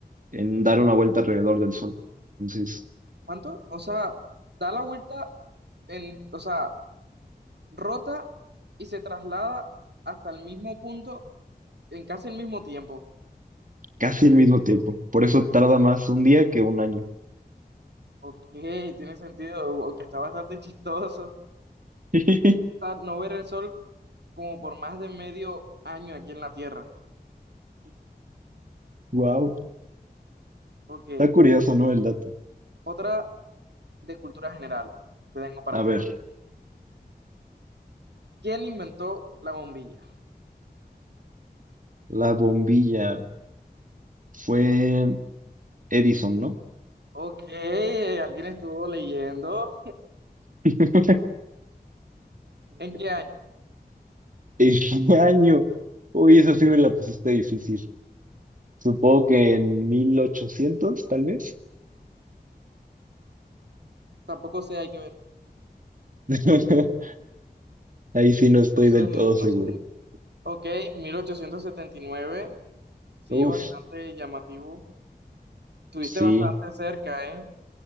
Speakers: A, on the right; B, on the right.
A: en dar una vuelta alrededor del Sol. Entonces,
B: ¿Cuánto? O sea, da la vuelta en, o sea, rota y se traslada hasta el mismo punto en casi el mismo tiempo.
A: casi el mismo tiempo. Por eso tarda más un día que un año.
B: Ok, tiene sentido, o- que está bastante chistoso.
A: <laughs>
B: O sea, no ver el sol como por más de medio año aquí en la Tierra.
A: Wow,
B: Ok,
A: está curioso, ¿no? El dato.
B: otra de cultura general te tengo para
A: A
B: ti.
A: ver,
B: ¿Quién inventó la bombilla?
A: la bombilla fue Edison, ¿no?
B: Ok, alguien estuvo leyendo.
A: <laughs>
B: ¿En qué año?
A: ¿En qué año? Uy, eso sí me la pusiste difícil. Supongo que en 1800 tal vez.
B: Tampoco sé, hay que ver.
A: <laughs> Ahí sí no estoy
B: No sé,
A: del todo seguro.
B: no sé Ok, 1879, sí,
A: Uf,
B: bastante llamativo. Estuviste
A: sí,
B: bastante cerca, ¿eh?